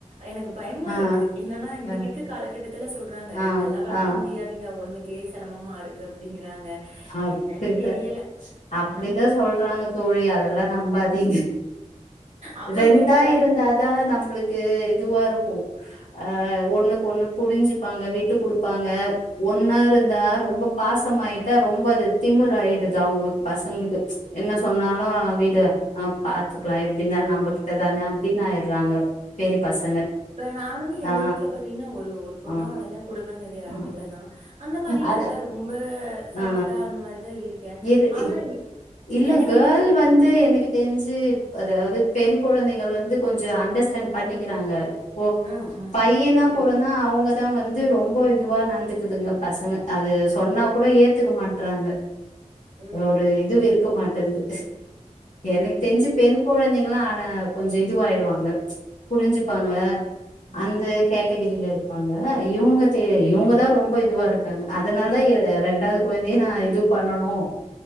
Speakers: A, on the right; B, on the left.
A: எனக்கு பயமா
B: ஆ
A: இருக்கு என்னன்னா இன்னைக்கு
B: ஆ
A: இருக்க காலகட்டத் த்துல சொல்றாங்க
B: ஆ
A: ரெண்டெல்லா வளத்த
B: ஆ
A: முடியாதுங்க ஒன்னு கே சிரமமா இருக்கு அப்பிடி இ க்கிறாங்க
B: அப்டிதா
A: என்னன்னு தெரியல
B: அப்டிதா
A: ம்
B: சொல்றாங்க தோழி அதெல்லாம் நம்பாதீங்க
A: அப்ப
B: ரெண்டா
A: நீங்க
B: இருந்தாதான் நம்மளுக்கு இதுவா இருக்கும் ஆ ஒண்ணுக்கு ஒண்ணு புரிஞ்சுப்பாங்க விட்டு குடுப்பாங்க ஒன்னா இருந்தா ரொம்ப பாசமாயிட்டு ரொம்ப அது திமிர் ஆயிடுச்சா உங்க பசங்களுக்கு ம்ச் என்ன சொன்னாலும் விடு அ பாத்துக்கலாம் எப்பிடினாலும் நம்ம கிட்டதானே அப்பிடின்னு ஆயிடுறாங்க பெரிய பசங்க
A: இப்ப நானுமே எங்க
B: ஆ
A: வீட்ல பாத்தீங்கன்னா ஒரு ஒரு பொண்ணா
B: ஆ
A: வளர்ந்தேன் கூட பெறந்தது யாருமே
B: ஆ
A: இல்லதான் அந்த மாரில்லா
B: அத
A: இல்ல ரொம்ப சாஃப்ட்டா
B: ஆ
A: அந்த மாரி தான் இருக்கேன்.
B: இரு
A: ஆனா எ
B: இல்ல
A: எனக்கு
B: கேர்ள்
A: என்ன தோ
B: வந்து எனக்கு தெரிஞ்சு அதாவது பெண் கொழந்தைகள் வந்து கொஞ்சம் அண்டர்ஸ்டாண்ட் பண்ணிக்கிறாங்க ஓ
A: ம், ம்.
B: பையனா
A: புரியுது.
B: பொறந்தா அவுங்க த்தவங்க வந்து ரொம்ப இதுவா நடந்துக்குதுங்க பசங்க அது சொன்னா கூட ஏத்துக்க மாட்டறாங்க
A: ம்,
B: ஒரு
A: ம்.
B: இதுவும் இருக்க மாட் தெரிஞ்சு எனக்கு தெரிஞ்சு பெண் கொழந்தைங்கல்லாம் அத கொஞ்சம் இதுவாயிடுவாங்க புரிஞ்சுப்பாங்க
A: ஆ, ம்.
B: அந்த கேட்டகிரில இருக்கும் இருப்பாங்க இவுங்க செரி இவுங்கதான் ரொம்ப இதுவா இருக்கறாங்க அதனால தான் இ ரெண்டாவது குழந்தைய நான் இது பண்ணனும்